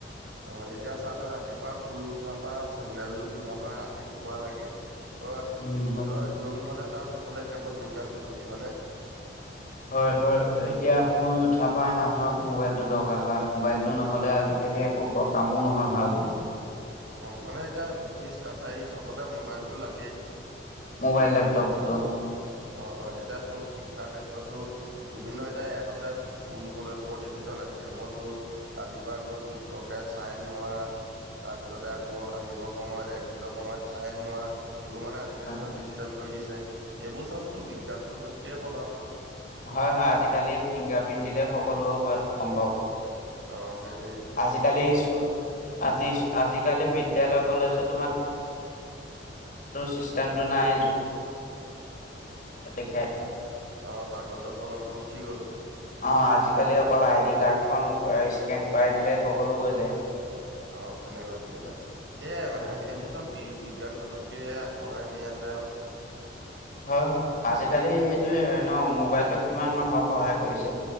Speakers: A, on the right (about 80°); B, on the left (about 45°).
A: হয়, এতিয়া চা তই ৰাতিপুৱা শুই উঠাৰ পা চেন্দেল যোৰ পিন্ধা পা ৰাতি শুৱালেকে তই,
B: উম, হয়।
A: তই যোনফালে তা সেইফালে কেৱল বিজ্ঞান প্ৰযুক্তি, হয়নে?
B: হয়, হয়, এতিয়া শুই উঠাৰ পৰাই মানুহক মোবাইলটো দৰকাৰ হয়, মোবাইলটো নহ'লে আজিকালি একো কামো নহয় ভালকে।
A: অ', মানে এতিয়া অফিচ কাছাৰী চবতে মোবাইলটো লাগেই।
B: মোবাইল, লেপটপটো।
A: অ অ এতিয়াাতো শিক্ষাৰ ক্ষেত্ৰতো বিভিন্ন এটা এপ আছে স্কুল কলেজ বোৰ দেখিছো সেইবোৰতো ৰাতিপুৱা গৈ শিক্ষকে চাইন মৰা তাৰপিছতে আকৌ আহিবৰ সময়ত একজিটৰ সময়ত চাইন মৰা এইবোৰ মানে আজিকালি
B: অ',
A: চব ডিজিটেল কৰি দিছে এইবোৰ চবতো বিজ্ঞান প্ৰযুক্তিৰে প্ৰভাৱ
B: হয় হয় আজিকালি ফিংগাৰপ্ৰিণ্ট দিলে সকলো হয় সম্ভৱ
A: অ সেইটো
B: আজিকালি আজি আজিকালি বিদ্যালয় কলেজত চিষ্টেমটো নাই, হে
A: অ কাগজৰ কলমটো উঠি গ'ল
B: অ আজিকালি অকল আই ডি কাৰাৰ্ডখন স্কেন কৰাই দিলে সকলো হৈ যায়
A: অ তেনেকুৱা তেনেকুৱাই সেইয়াই মানে
B: হয়
A: সেইবোৰ চব বি বিজ্ঞান প্ৰযুক্তিে আগবঢ়াই নি আছে আৰু
B: হয় আজিকালি এইটোৱে ন মোবাইলটোক কিমান মানুহক সহায় কৰিছে